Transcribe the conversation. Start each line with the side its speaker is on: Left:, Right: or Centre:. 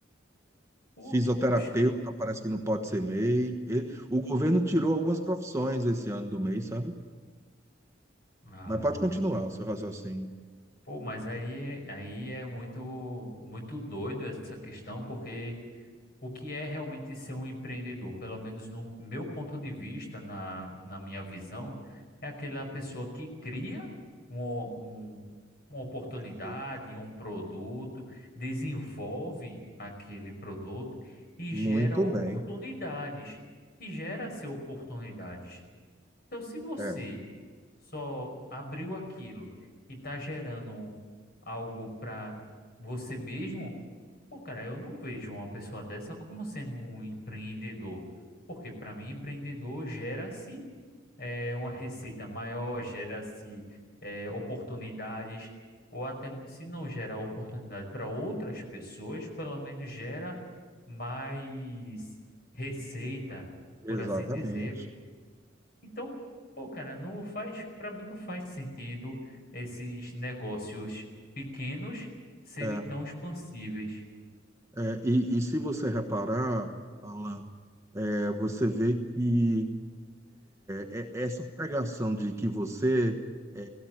Left: Por-
Right: Fisioterapeuta
Left: Poxa.
Right: parece que não pode ser MEI. E- o governo tirou algumas profissões esse ano do MEI, sabe?
Left: Ah.
Right: Mas pode continuar o seu raciocínio.
Left: Pô, mas aí, aí é muito, muito doido essa questão, porque o que é realmente ser um empreendedor, pelo menos no meu ponto de vista, na, na minha visão, é aquela pessoa que cria um, um- uma oportunidade,
Right: Perfeito.
Left: um produto, desenvolve aquele produto e
Right: Muito
Left: gera oportunidades,
Right: bem.
Left: e gera-se oportunidades. Então, se você
Right: É,
Left: só abriu aquilo e tá gerando algo para você mesmo, pô, cara, eu não vejo uma pessoa dessa como sendo um empreendedor. Porque para mim, empreendedor gera-se é, uma receita maior, gera-se é, oportunidades, ou até se não gera oportunidade para outras pessoas, pelo menos gera mais receita,
Right: exatamente.
Left: por assim dizer então, pô, cara, não faz, para mim não faz sentido esses negócios pequenos serem
Right: É,
Left: tão expansíveis.
Right: é, e, e se você reparar, Alan, é, você vê que. É- é- Essa pregação de que você, é,